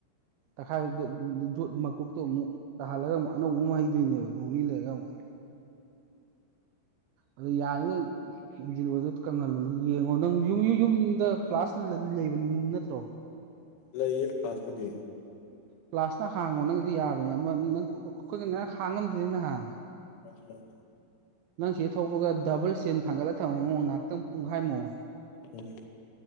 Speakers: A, on the right (about 75°); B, on the left (about 75°).
A: ꯇꯛꯈꯥꯏꯕꯗꯨ ꯌꯣꯠ ꯃꯀꯨꯞꯇꯣ ꯑꯃꯨꯛ ꯇꯥꯍꯜꯂꯒ ꯑꯃꯨꯛ ꯑꯅꯧꯕ ꯑꯃ ꯍꯩꯗꯣꯏꯅꯦꯕ ꯅꯣꯡꯅꯤ ꯂꯩꯔꯒ ꯑꯃꯨꯛ꯫ ꯑꯗꯨ ꯌꯥꯔꯤꯉꯩ ꯏꯟꯖꯤꯟ ꯑꯣꯏꯗ ꯀꯪꯍꯜꯂꯨꯅꯨ ꯌꯦꯡꯉꯣ ꯅꯪ ꯌꯨꯝ ꯌꯨꯝꯗ ꯄ꯭ꯂꯥꯁ ꯂꯩꯕ ꯅꯠꯇ꯭ꯔꯣ꯫
B: ꯂꯩꯌꯦ ꯄꯂꯥꯁꯄꯨꯗꯤ꯫
A: ꯄ꯭ꯂꯥꯁꯅ ꯍꯥꯡꯉꯣ ꯅꯪꯒꯤꯗꯤ ꯌꯥꯕꯅꯦ ꯑꯃ ꯅꯪ ꯈꯨꯠ ꯉꯔꯤꯡ ꯍꯥꯡ ꯉꯝꯗꯦꯗꯅ ꯅꯍꯥꯟꯅ
B: ꯎꯝ꯫
A: ꯅꯪ ꯁꯤ ꯊꯧꯕꯒ ꯗꯕꯜ ꯆꯦꯟ ꯊꯥꯡꯒꯠꯂꯒ ꯊꯅꯝꯃꯨ ꯉꯥꯍꯥꯛꯇꯪ ꯄꯨꯡꯈꯥꯏꯃꯨꯛ꯫
B: ꯎꯝ꯫